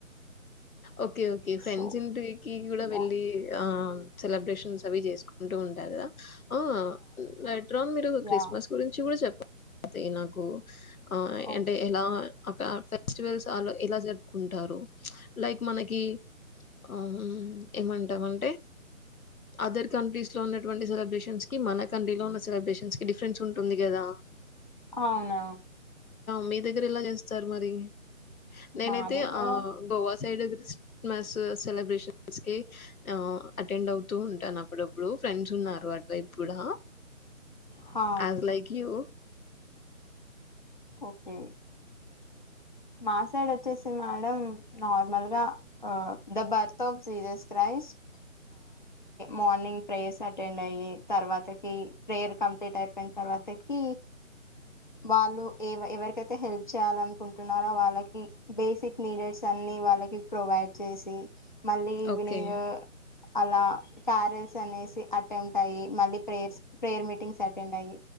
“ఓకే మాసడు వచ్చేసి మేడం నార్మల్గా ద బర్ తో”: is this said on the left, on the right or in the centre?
Left